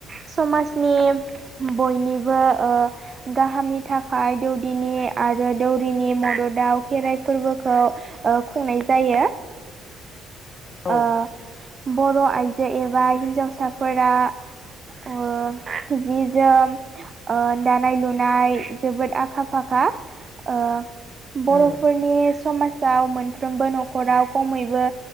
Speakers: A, on the right (about 40°); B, on the left (about 45°).
A: समाजनि बयनिबो ओ। गाहामनि थाखाय दौदिनि आरो दौरिनि मददआव खेराइ फोरबोखौ। ओ खुंनाय जायो।
B: औ उम
A: ओ बर' आइजो एबा हिन्जावसाफोरा। ओ जि जोम। ओ दानाय लुनाय जोबोद आखा-फाखा ओ। बर'फोरनि
B: उम
A: समाजाव मोनफ्रोमबो न'खराव खमैबो।